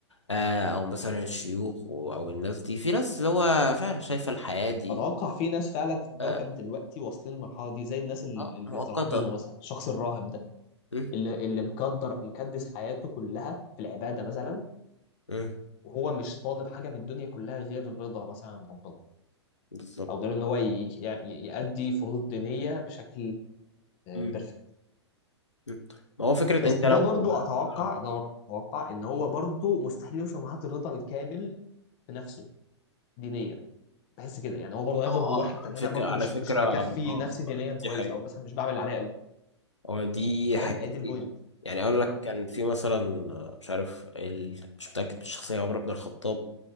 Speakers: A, on the left; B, on the left.
A: آه أو مثلا الشيوخ و- أو الناس دي في ناس اللي هو فعلا شايفة الحياة دي
B: اتوقع في ناس فعلا في الكوكب
A: آه
B: دلوقتي واصلين للمرحله دي زي الناس اللي
A: آه،
B: اللي
A: مؤقتة
B: بيترهبنوا مثلا الشخص الراهب ده
A: م-
B: اللي اللي مقدر مكدس حياته كلها في العباده مثلا
A: م،
B: وهو مش طالب حاجه من الدنيا كلها غير رضا مثلا عن ربنا
A: بالظبط
B: او غير ان هو ي- ي- يأدي فروض دينيه بشكل
A: م-
B: بيرفكت
A: م. ما هو فكرة
B: بس
A: أنت
B: ده
A: لو
B: برضو اتوقع
A: آه،
B: ده برضو اتوقع ان هو برضو مستحيل يوصل لمرحله الرضا الكامل في نفسه دينيا بحس كده يعني هو برضه هيفضل
A: أو آه
B: جواه حته ان
A: على فكرة
B: انا برضه
A: على
B: مش
A: فكرة
B: مش مكفي
A: آه
B: نفسي دينيا
A: آه،
B: كويس
A: دي حقيقة
B: او مثلا مش بعمل اللي عليا قوي.
A: هو دي
B: فاهم
A: حقيقة
B: ايه
A: كتير
B: دي البوينت
A: يعني أقول
B: اه
A: لك كان في مثلا آه، مش عارف ال... مش متأكد من الشخصية عمر بن الخطاب